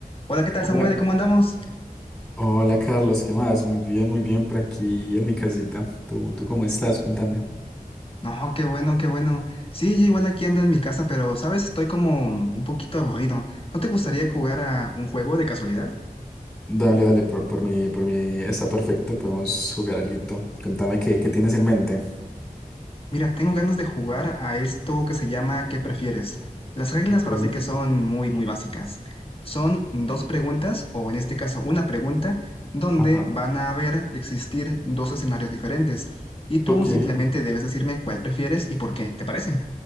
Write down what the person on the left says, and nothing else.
Hola, ¿qué tal,
Samuel? ¿Cómo andamos?
No, qué bueno, qué bueno. Sí, yo igual aquí ando en mi casa, pero, ¿sabes? Estoy como un poquito aburrido. ¿No te gustaría jugar a un juego de casualidad?
Mira, tengo ganas de jugar a esto que se llama ¿Qué prefieres? Las reglas
ahora sí que son muy, muy básicas. Son dos preguntas, o en este caso una pregunta, donde
van a haber existir dos escenarios diferentes. Y tú
simplemente debes decirme cuál prefieres y por qué. ¿Te parece?